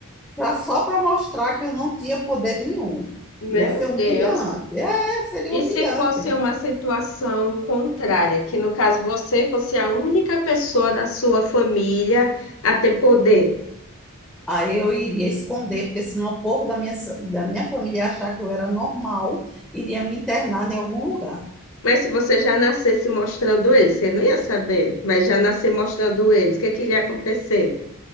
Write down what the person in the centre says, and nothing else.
pra, só para mostrar que eu não tinha poder nenhum.
Iria ser humilhante.
É, seria
humilhante.
Aí eu iria esconder, porque senão o povo da minha, sa- da minha família ia achar que eu era normal, iria me internar em algum lugar.